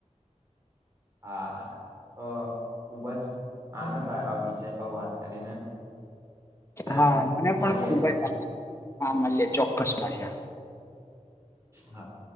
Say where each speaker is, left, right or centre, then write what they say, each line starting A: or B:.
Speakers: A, on the right; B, on the left.
A: હા, તો ખુબજ આનંદ આયો, આ વિષય પર વાત કરીને. એટલે
B: હા, મને
A: મળીએ
B: પણ ખુબ
A: તો
B: જ આનંદ આ, હા, મલીયે. ચોક્કસ મલીયે.
A: હા